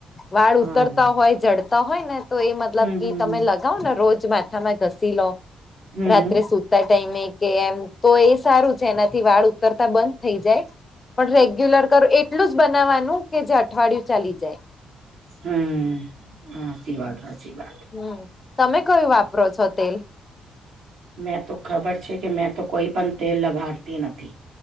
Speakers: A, on the left (about 30°); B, on the right (about 75°).
A: વાળ
B: સારું
A: ઉતરતા હોય જડતા હોય ને તો એ મતલબ
B: હમ
A: કે
B: હમ
A: તમે લગ ગાઓ ને રોજ માથામાં ઘસી લો
B: હમ
A: રાત્રે
B: હમ
A: સુતા ટાઈમે કે એમ તો એ સારું છે એનાથી વાળ ઉતરતા બંધ થઈ જાય. પણ રેગ્યુલર કર એટલું જ બનાવાનું કે જે અઠવાડિયું ચાલી જાય
B: હમ હાચી વાત હાચી વાત
A: હમ તમે કયું વાપરો છો તેલ
B: મેં તો ખબર છે કે મેં તો કોઈ પણ તેલ લગાવતી નથી